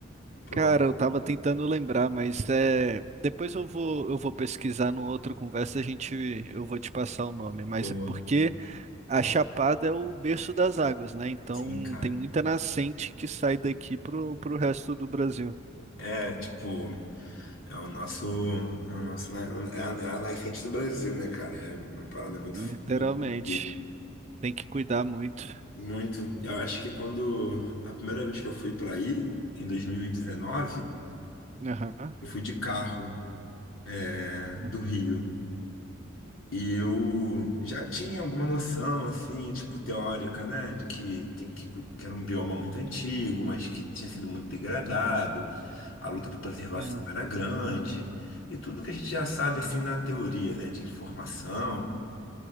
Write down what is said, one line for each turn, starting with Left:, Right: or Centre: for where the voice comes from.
Left: Pra
Right: Cara,
Left: eu botar
Right: eu
Left: aqui.
Right: tava tentando lembrar, mas é, depois eu vou, eu vou pesquisar no outro conversa, a gente, eu vou te passar o nome, mas
Left: Boa.
Right: é porque a Chapada é o berço das águas, né? Então
Left: Sim, cara.
Right: tem muita nascente que sai daqui pro, pro resto do Brasil,
Left: É, tipo. É o nosso, é o nosso, é a, é a nascente do Brasil, né, cara? É uma parada muito,
Right: literalmente.
Left: muito incrível.
Right: Tem que cuidar muito.
Left: Muito. Eu acho que quando a primeira vez que eu fui para aí, em 2019,
Right: Aham,
Left: eu fui de carro, né, do
Right: aham.
Left: Rio. E eu já tinha alguma noção, assim, tipo, teórica, né? De que tem que, que era um bioma muito antigo, mas que tinha sido muito degradado, a luta por preservação
Right: Sim.
Left: era grande, e tudo que a gente já sabe, assim, na teoria, né? De informação.